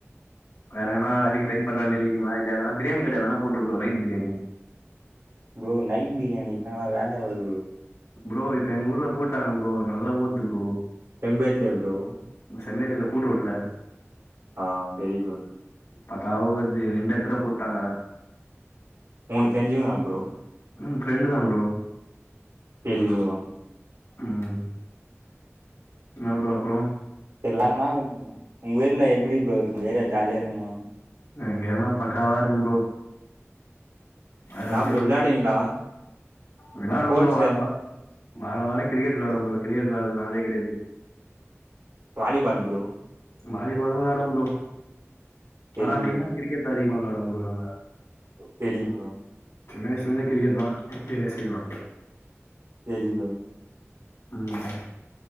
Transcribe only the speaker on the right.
அப்
bro night biryani தா வேலையாவது ப்ரோ
எம்பேட்லியா ப்ரோ
ஆ தெரி ப்ரோ
உனக்கு தெரிஞ்சுங்கா ப்ரோ
செரி ப்ரோ
எல்லருனாவ் உங்க ஊர்ல எப்படி ப்ரோ இருக்கு ஏறா ஜாலியா இருக்குமா
என்னா ப்ரோ விளாடுவீங்களா
ஸ்போர்ட்ஸ்ல
எது
வாலிபால் ப்ரோ
சரி
சரிங் ப்ரோ
செரி ப்ரோ